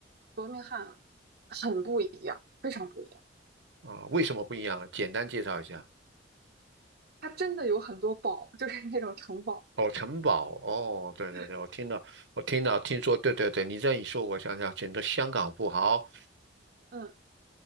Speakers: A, on the right; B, on the right.
A: 伯明翰很不一样，非常不一样。
B: 啊，为什么不一样呢？简单介绍一下。
A: 它真的有很多堡，就是那种城堡。
B: 哦，城堡哦，对对对，
A: 嗯，
B: 我听到，我听到，听说，对对对，你这样一说，我想想，整个香港富豪
A: 嗯，